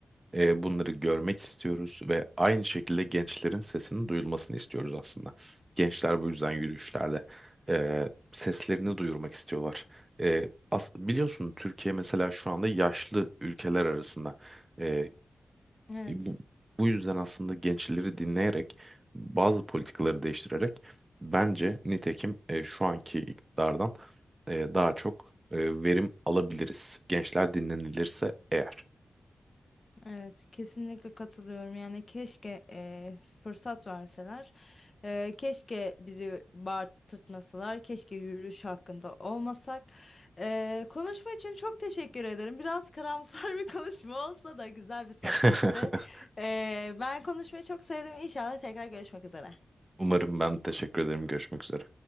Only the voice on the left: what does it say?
Evet.
Evet, kesinlikle katılıyorum. Yani keşke e, fırsat verseler, e, keşke bizi bağırtmasalar, keşke yürüyüş hakkında olmasak. E, konuşma için çok teşekkür ederim. Biraz karamsar <laughs> bir konuşma olsa da güzel bir sohbetti.
E, ben konuşmayı çok sevdim. İnşallah tekrar görüşmek üzere.